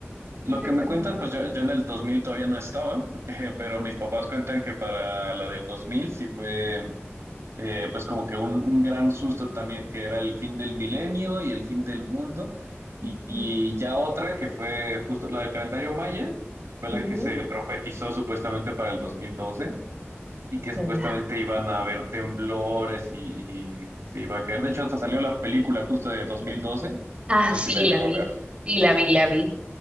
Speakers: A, on the right (about 80°); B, on the right (about 25°).
A: Lo
B: No recuerdo.
A: que me cuentan, pues yo, yo en el 2000 todavía no estaba, <laughs> eh, pero mis papás cuentan que para la del 2000 sí fue, eh, pues como que un, un gran susto también, que era el fin del milenio y el fin del mundo.
B: Ujú,
A: Y, y ya otra que fue justo la del calendario maya, fue
B: ujú.
A: la que se profetizó supuestamente para el 2012 y que supuestamente
B: ¿Verdad?
A: iban a haber temblores y, y se iba a caer. De hecho, hasta salió la película justo de 2012.
B: Ah,
A: no
B: sí,
A: sé si la llegó
B: la vi,
A: a ver.
B: sí, la vi, la vi.